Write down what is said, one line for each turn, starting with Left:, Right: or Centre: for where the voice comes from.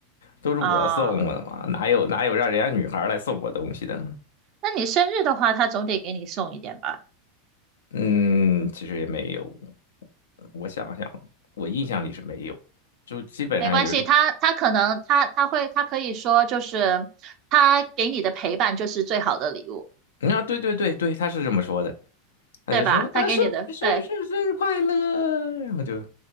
Left: 都是我送我的嘛，
Right: 啊、
Left: 哪有哪有让人家女孩儿来送我东西的？
Right: 那你生日的话，他总得给你送一点吧？
Left: 嗯，其实也没有。我想想，我印象里是没有，就基本上也就是，
Right: 没关系，他他可能他他会他可以说就是他给你的陪伴就是最好的礼物，
Left: 啊，对对对对，他是这么说的，他就说啊，
Right: 对吧？他给你的对，
Left: 生日生日生日生日快乐，然后就